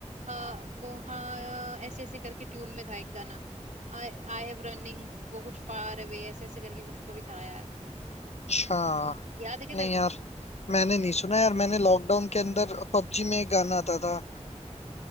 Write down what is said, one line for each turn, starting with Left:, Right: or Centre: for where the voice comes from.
Right: था आ, वो हाँ ऐसे ऐसे करके ट्यून में था एक गाना आई आई हैव रनिंग वो कुछ फार अवे ऐसे ऐसे करके कुछ तो भी था यार
Left: अच्छा
Right: याद है क्या तेरे
Left: नहीं
Right: को
Left: यार मैंने नहीं सुना यार मैंने लॉकडाउन के अंदर पबजी में एक गाना आता था